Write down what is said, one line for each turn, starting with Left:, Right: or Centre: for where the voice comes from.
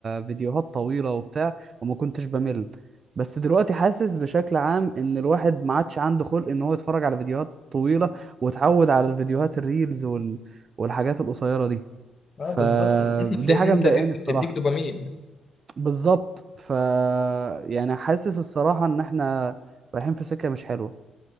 Right: فيديوهات طويلة وبتاع وما كنتش بمل بس دلوقتي حاسس بشكل عام إن الواحد ما عادش عنده خلق إن هو يتفرج على فيديوهات طويلة واتعود على الفيديوهات الريلز وال... والحاجات القصيرة دي
Left: اه
Right: فدي
Left: بالظبط للاسف لان
Right: حاجة
Left: انت
Right: مضايقاني
Left: الريلز
Right: الصراحة
Left: بتديك دوبامين
Right: بالظبط ف يعني حاسس الصراحة إن إحنا رايحين في سكة مش حلوة